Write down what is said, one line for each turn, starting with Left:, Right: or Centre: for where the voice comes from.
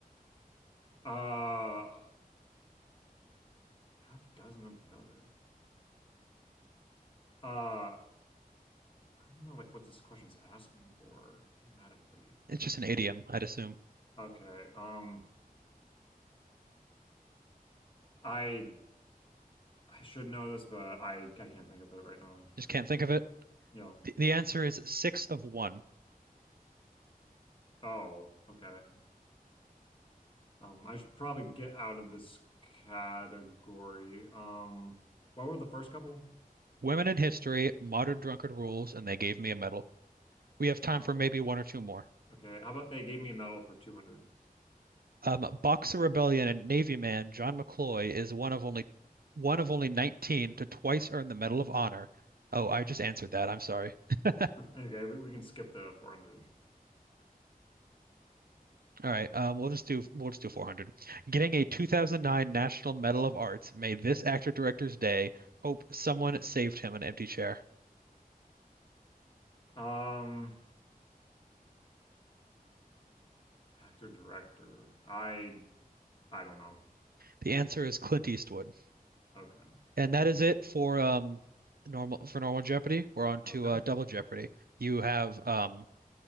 Left: Uh, half dozen of the other. Uh, I don't know like what this question's asking for idiomatically.
Right: It's just an idiom, I'd assume.
Left: Okay. Um, I I should know this, but I I can't think of it right now.
Right: Just can't think of it.
Left: Yeah.
Right: The the answer is six of one.
Left: Oh, okay. Um, I should probably get out of this category. Um, what were the first couple?
Right: Women in history, modern drunkard rules, and they gave me a medal. We have time
Left: Uh,
Right: for maybe one or two more.
Left: Okay, how about they gave me a medal for 200? <laughs>
Right: Um, Boxer Rebellion and Navy Man John McCloy is one of only one of only 19 to twice earn the Medal of Honor. Oh, I just answered that. I'm sorry. <laughs>
Left: Okay, we, we can skip the 400.
Right: All right, all right. um, we'll just do we'll just do 400. Getting a 2009 National Medal of Arts made this actor director's day. Hope someone saved him an empty chair.
Left: Um, actor director. I I don't know.
Right: The answer is Clint Eastwood,
Left: Okay.
Right: and that is it for um normal for normal Jeopardy. We're on to
Left: Okay.
Right: uh, Double Jeopardy. You have um